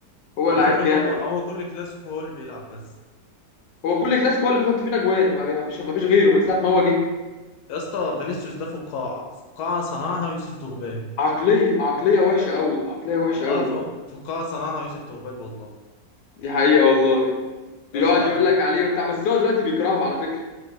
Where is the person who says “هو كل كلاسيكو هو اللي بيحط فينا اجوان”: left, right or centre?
Left